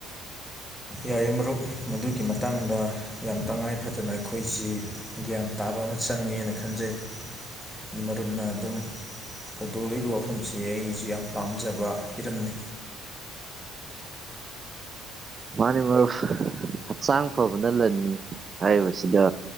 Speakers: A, in the centre; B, on the right.
A: ꯌꯥꯏꯌꯦ ꯃꯔꯨꯞ ꯃꯗꯨꯒꯤ ꯃꯇꯥꯡꯗ ꯌꯥꯝ ꯇꯉꯥꯏ ꯐꯗꯅ ꯑꯩꯈꯣꯏ ꯁꯤ ꯭ꯌꯥꯟ ꯇꯥꯕ ꯑꯃ ꯆꯪꯉꯦꯅ ꯈꯟꯖꯩ ꯑꯗꯨ ꯃꯔꯨꯞꯅ ꯑꯗꯨꯝ ꯍꯧꯗꯣꯛꯂꯛꯏꯕ ꯋꯥꯐꯝꯁꯤ ꯑꯩꯁꯨ ꯌꯥꯝ ꯄꯥꯝꯖꯕ ꯍꯤꯔꯝꯅꯤ
B: ꯃꯥꯅꯤ ꯃꯔ ꯍꯛꯆꯥꯡ ꯐꯕꯅ ꯂꯟꯅꯤ ꯍꯥꯏꯔꯤꯕꯁꯤꯗ